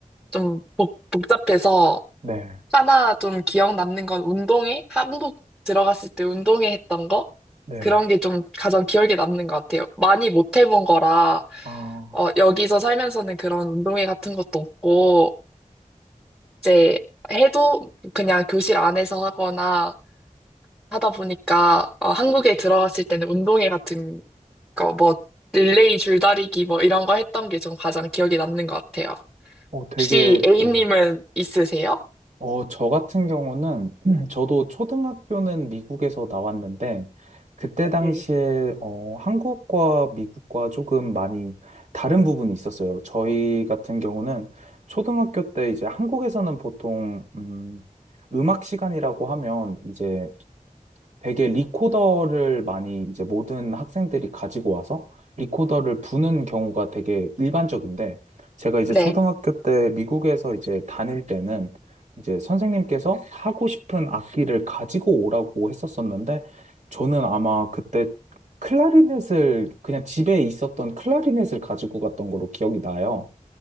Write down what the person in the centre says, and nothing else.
좀 복, 복잡해서
하나 좀 기억 남는 건 운동회? 한국 들어갔을 때 운동회 했던 거?
그런 게 좀 가장 기억에 남는 것 같아요. 많이 못 해본 거라,
어, 여기서 살면서는 그런 운동회 같은 것도 없고, 이제 해도 그냥 교실 안에서 하거나 하다 보니까, 어, 한국에 들어갔을 때는 운동회 같은 거, 뭐, 릴레이 줄다리기 뭐 이런 거 했던 게 좀 가장 기억에 남는 것 같아요.
혹시 A님은
있으세요?
네.
네.